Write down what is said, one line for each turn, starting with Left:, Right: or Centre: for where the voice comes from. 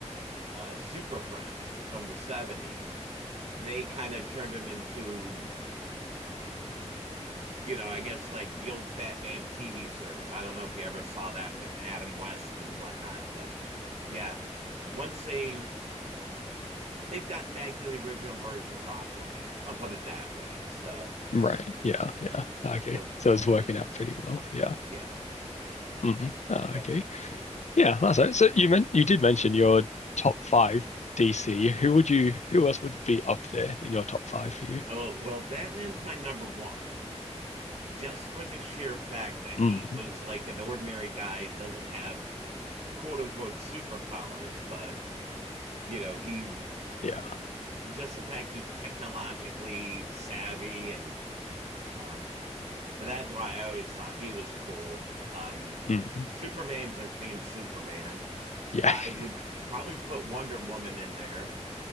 Right: uh, Super Friends from the 70s, they kind of turned him into, you know, I guess like the old Batman TV series. I don't know if you ever saw that with Adam West and whatnot, but yeah, once they they've gotten back to the original version of Aquaman, I'll put it that way. So,
Left: Right. Yeah. Yeah. Okay.
Right: so,
Left: So it's working
Right: so
Left: out pretty well. Yeah.
Right: yeah.
Left: hmm Uh,
Right: So,
Left: okay. Yeah. That's it. So you meant you did mention your top five DC. Who would you? Who else would be up there in your top five for you?
Right: oh well, Batman's my number one just for the sheer fact that
Left: Mm.
Right: he was like an ordinary guy and doesn't have quote unquote superpowers, but you know, he's
Left: Yeah.
Right: just the fact he's technologically savvy and um but that's why I always thought he was cool. Um
Left: Mm.
Right: Superman just being Superman.
Left: Yeah.
Right: I
Left: <laughs>
Right: would probably put Wonder Woman in there.